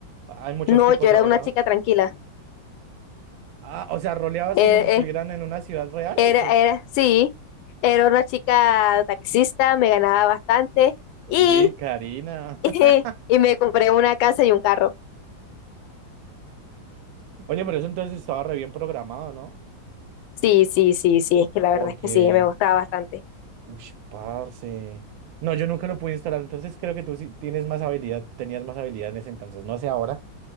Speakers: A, on the right; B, on the left.
A: hay muchos
B: No,
A: tipos
B: yo era
A: ahora,
B: una
A: ¿no?
B: chica tranquila.
A: Ah, o sea, roleabas
B: Eh,
A: como si estuvieran
B: eh,
A: en una ciudad real
B: Era,
A: o qué?
B: era, sí, era una chica taxista, me ganaba bastante y,
A: Uy, Karina. <laughs>
B: <laughs> y, me compré una casa y un carro.
A: Oye, pero eso entonces estaba re bien programado, ¿no?
B: Sí, sí, sí, sí, es que la
A: Porque
B: verdad es que sí, me gustaba bastante.
A: Uy, parce. No, yo nunca lo pude instalar, entonces creo que tú sí tienes más habilidad, tenías más habilidad en ese entonces, no sé ahora,